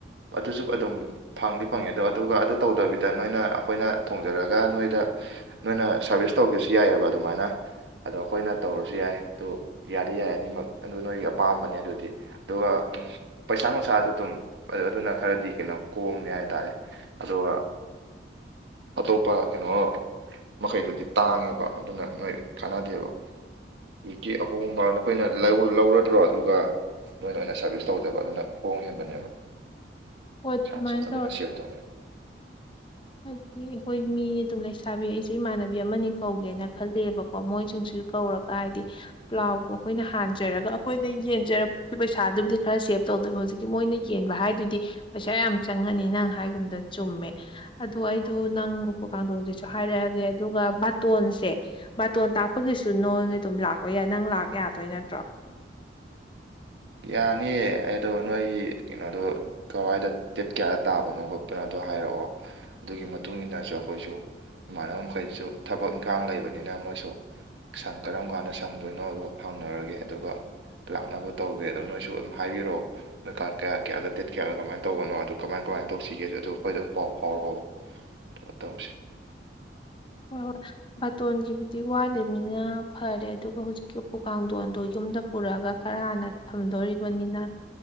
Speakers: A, on the right; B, on the left.
A: ꯑꯗꯨꯁꯨ ꯑꯗꯨꯝ ꯐꯪꯗꯤ ꯐꯪꯉꯦ ꯑꯗꯣ ꯑꯗꯨꯒ ꯑꯗꯨ ꯇꯧꯗꯕꯤꯗ ꯅꯣꯏꯅ ꯑꯩꯈꯣꯏꯅ ꯊꯣꯡꯖꯔꯒ ꯅꯣꯏꯗ ꯅꯣꯏꯅ ꯁꯥꯔꯚꯤꯁ ꯇꯧꯒꯦꯁꯨ ꯌꯥꯏꯑꯦꯕ ꯑꯗꯨꯃꯥꯏꯅ ꯑꯗꯣ ꯑꯩꯈꯣꯏꯅ ꯇꯧꯔꯁꯨ ꯌꯥꯏ ꯑꯗꯨ ꯌꯥꯗꯤ ꯌꯥꯏ ꯑꯅꯤꯃꯛ ꯑꯗꯨ ꯅꯣꯏꯒꯤ ꯑꯄꯥꯝꯕꯅꯦ ꯑꯗꯨꯗꯤ ꯑꯗꯨꯒ ꯄꯩꯁꯥ ꯅꯨꯡꯁꯥ ꯑꯗꯨ ꯗꯨꯝ ꯑꯗꯨꯅ ꯈꯔꯗꯤ ꯀꯩꯅꯣ ꯀꯣꯝꯃꯤ ꯍꯥꯏꯇꯥꯔꯦ ꯑꯗꯨꯒ ꯑꯇꯣꯞꯄ ꯀꯩꯅꯣ ꯃꯈꯩꯗꯨꯗꯤ ꯇꯥꯡꯉꯦꯕ ꯑꯗꯨꯅ ꯅꯣꯏ ꯀꯥꯟꯅꯗꯦꯕ ꯍꯧꯖꯤꯛ ꯀꯤ ꯑꯍꯣꯡꯕ ꯅꯈꯣꯏꯅ ꯂꯧꯔꯗ꯭ꯔꯣ ꯑꯗꯨꯒ ꯅꯣꯏ ꯑꯣꯏꯅ ꯁꯥꯔꯚꯤꯁ ꯇꯧꯗꯣꯏꯕ ꯑꯗꯨꯅ ꯍꯣꯡ ꯍꯦꯟꯕꯅꯦꯕ
B: ꯍꯣꯏ
A: ꯄꯩꯁꯥꯁꯨ
B: ꯑꯗꯨꯃꯥꯏꯅ
A: ꯑꯗꯨꯅ ꯁꯦꯞ ꯇꯧꯅꯤ
B: ꯍꯥꯏꯕꯗꯤ ꯍꯣꯏ ꯃꯤ ꯑꯗꯨꯝ ꯂꯩꯁꯥꯕꯤ ꯑꯩꯁꯦ ꯏꯃꯥꯟꯅꯕꯤ ꯑꯃꯅꯤ ꯀꯧꯒꯦꯅ ꯈꯜꯂꯦꯕꯀꯣ ꯃꯣꯏꯁꯤꯡꯁꯤꯁꯨ ꯀꯧꯔꯒ ꯀꯥꯏꯗꯤ ꯄ꯭ꯂꯥꯎꯗꯣ ꯑꯩꯈꯣꯏꯅ ꯍꯥꯟꯖꯔꯒ ꯑꯩꯈꯣꯏꯅ ꯌꯦꯡꯖꯔꯔꯕꯒꯤ ꯄꯩꯁꯥꯗꯨꯝꯗꯤ ꯈꯔ ꯁꯦꯞ ꯇꯧꯗꯣꯏꯕ ꯍꯧꯖꯤꯛ ꯃꯣꯏꯅ ꯌꯦꯟꯕ ꯍꯥꯏꯗꯨꯗꯤ ꯄꯩꯁꯥ ꯌꯥꯝ ꯆꯪꯉꯅꯤ ꯅꯪ ꯍꯥꯏꯒꯨꯝꯗꯅ ꯆꯨꯝꯃꯦ ꯑꯗꯣ ꯑꯩꯗꯣ ꯅꯪ ꯎꯄꯨ ꯀꯥꯡꯗꯣꯟꯁꯤꯁꯨ ꯍꯥꯏꯔꯛꯑꯒꯦ ꯑꯗꯨꯒ ꯕꯥꯇꯣꯟꯁꯦ ꯃꯇꯣꯟ ꯇꯥꯛꯄꯒꯤꯁꯨ ꯅꯣꯏꯉꯩ ꯑꯗꯨꯝ ꯂꯥꯛꯄ ꯌꯥꯏ ꯅꯪ ꯂꯥꯛ ꯌꯥꯗꯣꯏ ꯅꯠꯇ꯭ꯔꯣ
A: ꯌꯥꯅꯤꯌꯦ ꯑꯩꯗꯣ ꯅꯣꯏꯒꯤ ꯀꯩꯅꯣꯗꯣ ꯀꯋꯥꯏꯗ ꯗꯦꯠ ꯀꯌꯥꯗ ꯇꯥꯕꯅꯣ ꯈꯣꯠꯄꯅꯣꯗꯣ ꯍꯥꯏꯔꯛꯑꯣ ꯑꯗꯨꯒꯤ ꯃꯇꯨꯡ ꯏꯟꯅꯁꯨ ꯑꯩꯈꯣꯏꯁꯨ ꯏꯃꯥꯟꯅꯕ ꯃꯈꯩꯗꯁꯨ ꯊꯕꯛ ꯏꯪꯈꯥꯡ ꯂꯩꯕꯅꯤꯅ ꯃꯣꯏꯁꯨ ꯁꯪ ꯀꯔꯝ ꯀꯥꯟꯗ ꯁꯪꯗꯣꯏꯅꯣꯗ ꯍꯪꯅꯔꯒꯦ ꯑꯗꯨꯒ ꯂꯥꯛꯅꯕ ꯇꯧꯒꯦ ꯑꯗꯣ ꯅꯣꯏꯁꯨ ꯑꯗꯨꯝ ꯍꯥꯏꯕꯤꯔꯛꯑꯣ ꯅꯀꯥ ꯀꯌꯥ ꯀꯌꯥꯗ ꯗꯦꯠ ꯀꯌꯥꯗ ꯀꯃꯥꯏꯅ ꯇꯧꯕꯅꯣ ꯑꯗꯨꯣ ꯀꯃꯥꯏ ꯀꯃꯥꯏꯅ ꯇꯧꯁꯤꯒꯦꯁꯨ ꯑꯗꯨ ꯑꯩꯈꯣꯏꯗ ꯄꯥꯎ ꯐꯥꯎꯔꯛꯑꯣꯕ <unintelligible>
B: ꯍꯣꯏ ꯍꯣꯏ ꯕꯥꯇꯣꯟꯒꯤꯕꯨꯗꯤ ꯋꯥꯠꯂꯤꯃꯤꯅ ꯐꯔꯦ ꯑꯗꯨꯒ ꯍꯧꯖꯤꯛꯀꯤ ꯎꯄꯨ ꯀꯥꯡꯊꯣꯟꯗꯣ ꯌꯨꯝꯗ ꯄꯨꯔꯛꯑꯒ ꯈꯔ ꯍꯥꯟꯅ ꯊꯝꯗꯣꯔꯤꯕꯅꯤꯅ